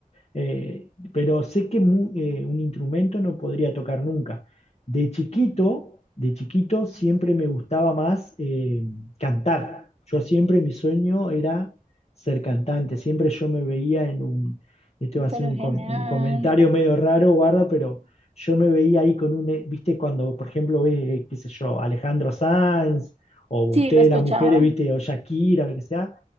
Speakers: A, on the left; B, on the right.
A: Eh, pero sé que mu- eh, un instrumento no podría tocar nunca. De chiquito, de chiquito siempre me gustaba más eh, cantar. Yo siempre mi sueño era ser cantante. Siempre yo me veía en un, este va a
B: pero
A: ser un,
B: genial.
A: com- un comentario medio raro, guarda, pero yo me veía ahí con un, eh, viste, cuando por ejemplo ves, eh, qué sé yo, Alejandro Sanz o
B: Sí,
A: ustedes
B: lo escuchaba.
A: las mujeres, viste, o Shakira, lo que sea,